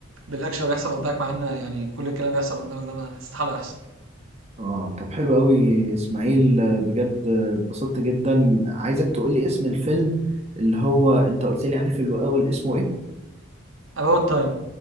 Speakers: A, on the right (about 80°); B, on the right (about 30°).
A: بالأكشن اللي بيحصل قدامك مع إن يعني كل الكلام اللي بيحصل قدامك ده ما استحالة يحصل
B: اه طب حلو قوي اسماعيل آه، بجد آه، اتبسطت جدا عايزك تقول لي اسم الفيلم اللي هو انت قلت لي عليه في الاول اسمه ايه
A: about time